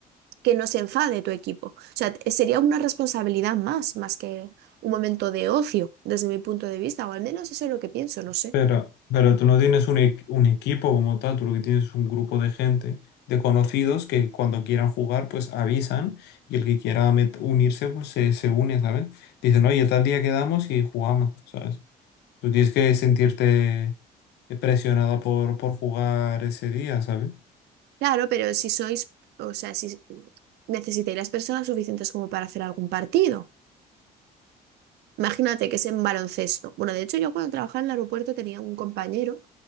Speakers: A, on the right; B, on the left.
A: que no se enfade tu equipo? O sea, t- sería una responsabilidad más, más que un momento de ocio, desde mi punto de vista, o al menos eso es lo que pienso, no sé.
B: Pero, pero tú no tienes un, e- un equipo como tal, tú lo que tienes es un grupo de gente, de conocidos, que cuando quieran jugar, pues avisan y el que quiera met- unirse, pues se, se une, ¿sabes? Dicen, oye, tal día quedamos y jugamos, ¿sabes? Tú tienes que sentirte presionada por, por jugar ese día, ¿sabes?
A: Claro, pero si sois, o sea, si necesitáis las personas suficientes como para hacer algún partido. Imagínate que es en baloncesto. Bueno, de hecho, yo cuando trabajaba en el aeropuerto tenía un compañero